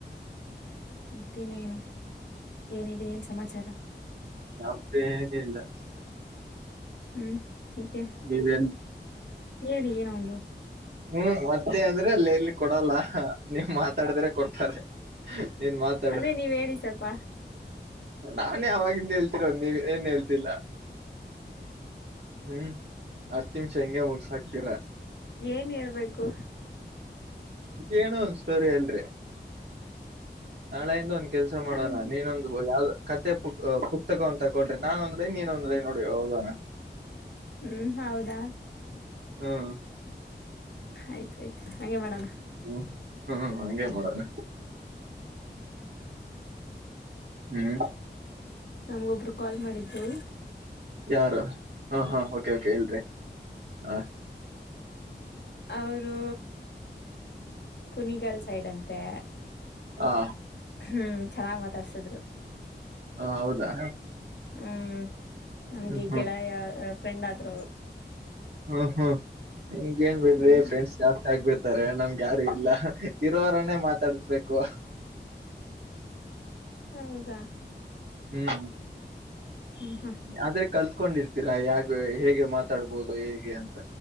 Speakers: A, on the left; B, on the right.
A: ಮತ್ತೆ ಏನೇನು ಏನಿದೆ ಏನ್ ಸಮಾಚಾರ
B: ನಮ್ದೇನಿದೆ ಇಲ್ಲಾ
A: ಹ್ಮ್ ಯಾಕೆ
B: ನೀವೇನ್
A: ಹೇಳಿ ಏನ ಒಂದು
B: ಹ್ಮ್ ಮತ್ತೆ ಅಂದ್ರೆ ಅಲ್ಲ ಎಲ್ಲಿ ಕೊಡಲ್ಲ ನೀವ್ ಮಾತಾಡಿದ್ರೆ ಕೊಡ್ತಾರೆ ನೀನ್ ಮಾತಾಡು
A: ಅದೇ ನೀವ್ ಹೇಳಿ ಸ್ವಲ್ಪ
B: ನಾ ಅವವಾಗಿಂದ ಹೇಳ್ತಿರೋದು ನೀವ ಏನು ಹೇಳ್ತಿಲ್ಲ ಹ್ಮ್ ಹತ್ತ ನಿಮಿಷ ಹೆಂಗೆ ಮುಗಸ ಹಾಕ್ತೀರ
A: ಏನ್ ಹೇಳ್ಬೇಕು
B: ಏನು ಒಂದ ಸ್ಟೋರಿ ಅಲ್ರಿ ನಾಳೆಯಿಂದ ಒಂದ ಕೆಲ್ಸ ಮಾಡೋಣ
A: ನನ್
B: ನೀನೊಂದು ಯಾವ್ದ ಕ ಪುತಕೊಂತ ತಗೊಳ್ರಿ ನಾನೊಂದು ಲೈನ್ ನೀನೊಂದು ಲೈನ್ ನೋಡಿ ಹೋಗೋಣ
A: ಹ್ಮ್ ಹೌದಾ
B: ಹ್ಮ್
A: ಆಯ್ತ ಆಯ್ತು ಹಾಗೆ ಮಾಡೋಣ
B: ಹ್ಮ್ ಹ್ಮ್ ಹಂಗೇ ಮಾಡೋಣ ಹ್ಮ್
A: ನಮ್ಗೊಬ್ರು ಕಾಲ್ ಮಾಡಿದ್ರು
B: ಯಾರು ಹಾ ಹಾ ಓಕೆ ಓಕೆ ಇಲ್ರಿ ಹ
A: ಅವರು ಕುನಿಗಲ್ ಸೈಡ್ ಅಂತೆ
B: ಹಾ
A: ಹ್ಮ್ ಚೆನ್ನಾಗ್ ಮಾತಾಡ್ಸಿದ್ರು
B: ಹ ಹೌದಾ
A: ಹ್ಮ್ ನಮ್ಗೆ
B: ಹ್ಮ್ ಹ್ಮ್
A: ಗೆಳೆಯ ಫ್ರೆಂಡ್ ಆದ್ರವರು
B: ಹ್ಮ್ ಹ್ಮ್ ನಿಮ್ಗೆ ಏನ್ ಬಿಡಿ
A: ಹ್ಮ್
B: ಫ್ರೆಂಡ್ಸ್ ಜಾಸ್ತಿ ಆಗ್ಬಿಡ್ತಾರೆ ನಮ್ಗೆ ಯಾರು ಇಲ್ಲ ಇರೋವರನ್ನೇ ಮಾತಾಡಸ್ಬೇಕು
A: ಹೌದಾ
B: ಹ್ಮ್
A: ಹ್ಮ್ ಹ
B: ಆದ್ರೆ ಕಲ್ತ್ಕೊಂಡಿರ್ತೀರಾ ಯಾಗ ಹೇಗೆ ಮಾತಾಡ್ಬೋದು ಹೇಗೆ ಅಂತ